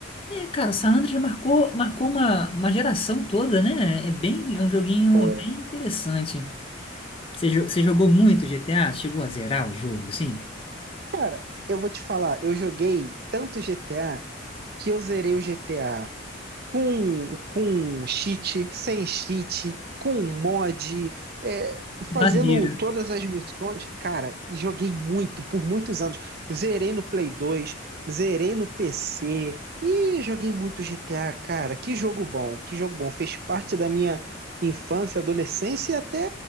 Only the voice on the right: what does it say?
Foi.
Cara, eu vou te falar, eu joguei tanto GTA que eu zerei o GTA com, com cheat, sem cheat, com mod, é, fazendo
todas as missões. Cara, joguei muito, por muitos anos. Zerei no Play dois, zerei no PC e joguei muito GTA, cara. Que jogo bom, que jogo bom. Fez parte da minha infância, adolescência e até